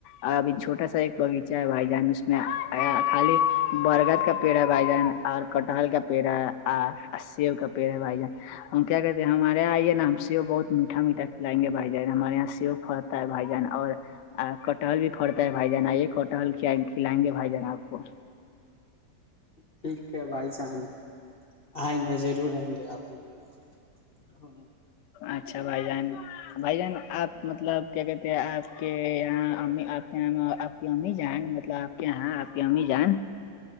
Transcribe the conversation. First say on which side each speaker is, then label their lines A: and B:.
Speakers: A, on the left; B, on the left.
A: اور ابھی چھٹا سا ایک بغیچہ بھائی جان اس میں خالی برگد کا پیڑ بھائی جان اور کٹہل کا پیڑ ہے سیب کا پیڑ ہے بھائی جان ہم کیا کہتے ہیں ہمارے یہاں آئیے نا س بہت میٹھا میھا کھلیں گے بائی جان ہمارے یہاں سےو پڑتا ہے بائی جان اور آ کٹہل بھی پڑتا ہے بھائی جان آئیے کٹحل کھلائیں گے بھائی جان آ کو
B: ٹھیک ہے بھائی جان آئیں گے ضرور آئیں گے آپ بھییا گھوم
A: اچھا بھائی جان بھائی جان آپ مطلب کیا کہتے ہیں آپ کے یہاں امی آپ یہ آپ کی امی جائیں مطلب آپ کے یہاں آپ کی امی جائیں